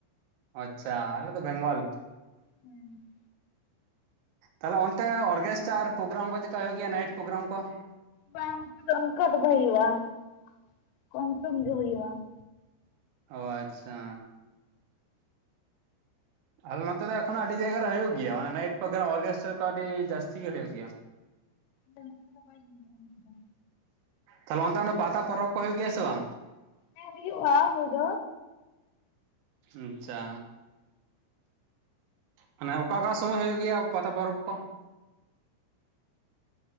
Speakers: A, on the right; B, on the left.
A: ᱟᱪᱪᱷᱟ ᱟᱞᱮ ᱫᱚ ᱵᱮᱝᱜᱚᱞ᱾
B: ᱦᱩᱸ᱾
A: ᱛᱟᱦᱚᱞᱮ ᱚᱱᱛᱮ ᱚᱨᱜᱮᱥᱴᱟᱨ ᱯᱨᱳᱜᱨᱟᱢ ᱠᱚ ᱪᱮᱫᱠᱟ ᱦᱩᱭᱩᱜ ᱜᱮᱭᱟ ᱱᱟᱭᱤᱴ ᱯᱨᱳᱜᱨᱟᱢ ᱠᱚ?
B: ᱵᱟᱝ ᱱᱚᱛᱮ ᱫᱚ ᱚᱱᱠᱟ ᱫᱚ ᱵᱟᱭ ᱦᱩᱭᱩᱜ-ᱟ ᱾ ᱠᱚᱢ ᱥᱚᱢ ᱜᱮ ᱦᱩᱭᱩᱜ-ᱟ ᱾
A: ᱚᱸ ᱟᱪᱪᱷᱟ ᱟᱞᱮ ᱱᱚᱛᱮ ᱫᱚ ᱮᱠᱷᱚᱱᱳ ᱟᱹᱰᱤ ᱡᱟᱭᱜᱟ ᱨᱮ ᱦᱩᱭᱩᱜ ᱜᱮᱭᱟ ᱢᱟᱱᱮ ᱱᱟᱭᱤᱴ ᱯᱨᱳᱜᱨᱟᱢ ᱚᱨᱠᱮᱥᱴᱟᱨ ᱠᱚ ᱟᱹᱰᱤ ᱡᱟᱹᱟᱥᱛᱤ ᱜᱮ ᱦᱩᱭᱩᱜ ᱜᱮᱭᱟ᱾
B: ᱟᱞᱮ ᱱᱚᱛᱮ ᱫᱚ ᱵᱟᱭ ᱦᱩᱭᱩᱜ-ᱟ ᱚᱱᱟ ᱠᱚᱫᱚ᱾
A: ᱛᱟᱦᱞᱮ ᱚᱱᱛᱮ ᱚᱱᱟ ᱯᱟᱛᱟ ᱯᱚᱨᱚᱵᱽ ᱠᱚ ᱦᱩᱭᱩᱜ ᱜᱮᱭᱟ ᱥᱮ ᱵᱟᱝ?
B: ᱦᱮᱸ ᱦᱩᱭᱩᱜᱼᱟ ᱦᱩᱭ ᱫᱚ᱾
A: ᱟᱪᱪᱷᱟ᱾ ᱢᱟᱱᱮ ᱚᱠᱟ ᱚᱠᱟ ᱥᱚᱢᱚᱭ ᱦᱩᱭᱩᱜ ᱜᱮᱭᱟ ᱯᱟᱛᱟ ᱯᱚᱨᱚᱵᱽ ᱠᱚ?